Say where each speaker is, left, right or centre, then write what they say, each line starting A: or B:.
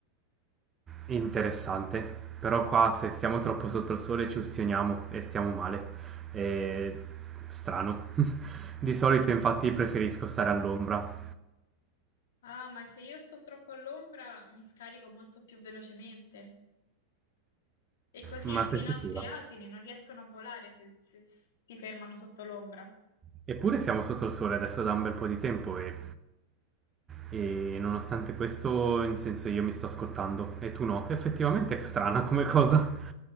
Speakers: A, on the right; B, on the left.
A: Interessante, però qua se stiamo troppo sotto il sole ci ustioniamo e stiamo male. È strano. <laughs> Di solito infatti preferisco stare all'ombra,
B: Ah, ma se io sto troppo all'ombra mi scarico molto più velocemente. E così
A: ma
B: anche
A: sei
B: i
A: sicura?
B: nostri asini non riescono a volare se, se si fermano sotto l'ombra.
A: Eppure siamo sotto il sole adesso da un bel po' di tempo e, e nonostante questo, in senso io mi sto scottando e tu no. Effettivamente è strana come cosa.